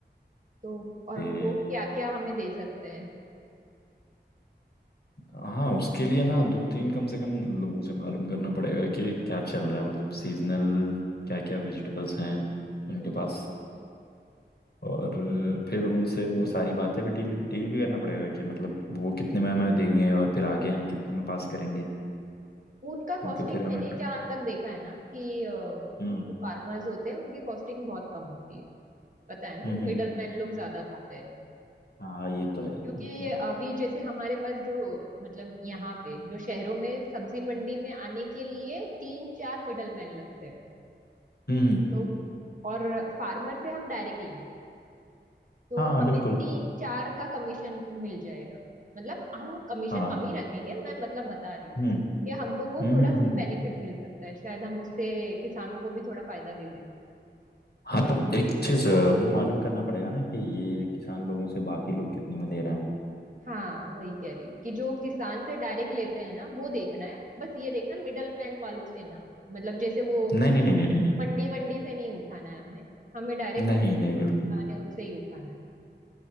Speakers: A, on the right; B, on the left.
A: तो और
B: कि
A: वो क्या क्या हमें दे सकते हैं
B: हाँ उसके लिए ना दो तीन कम से कम लोगों से मालूम करना पड़ेगा कि क्या चल रहा है मतलब सीजनल क्या क्या वेजिटेबल्स हैं उनके
A: हम्म
B: पास और फिर उनसे वो सारी बातें भी डील डील भी करना पड़ेगा कि मतलब वो कितने में हमें देंगे और फिर आगे हम कितने में पास करेंगे
A: उनका
B: क्योंकि
A: कॉस्टिंग
B: फिर हमें
A: मैंने जहाँ तक देखा है ना कि अ,
B: हम्म
A: जो फार्मर्स होते हैं उनकी कॉस्टिंग बहुत कम होती है पता है ना
B: हम्म हम्म,
A: मिडल मैन लोग ज्यादा खाते हैं
B: हाँ ये तो है
A: क्योंकि
B: ये तो है
A: अभी जैसे हमारे पास जो मतलब यहाँ पे जो शहरों में सब्जी मंडी में आने के लिए तीन चार मिडल मैन लगते हैं
B: हम्म हम्म,
A: तो और फार्मर से हम डायरेक्ट लेंगे तो
B: हाँ
A: हमें
B: बिल्कुल
A: तीन चार का कमीशन मिल जाएगा मतलब हम कमीशन
B: हाँ
A: कम ही रखेंगे मैं मतलब बता रही हूँ
B: हम्म
A: कि हमको
B: हम्म
A: वो थोड़ा
B: हम्म
A: सी
B: हम्म, हम्म।
A: बेनिफिट मिल सकता है शायद हम उससे किसानों को भी थोड़ा फायदा दे दें
B: हाँ तो एक चीज वो मालूम करना पड़ेगा ना कि ये किसान लोगों से बाकी लोग कितने में ले रहे हैं
A: हाँ वही कह रही हूँ कि जो किसान से डायरेक्ट लेते हैं ना वो देखना है बस ये देखना मिडल मैन वालों से ना मतलब जैसे वो
B: नहीं नहीं नहीं नहीं नहीं
A: मंडी वंडी से नहीं उठाना है हमें हमें डायरेक्ट
B: नहीं
A: किसान
B: नहीं बिल्कुल
A: है उनसे ही उठाना है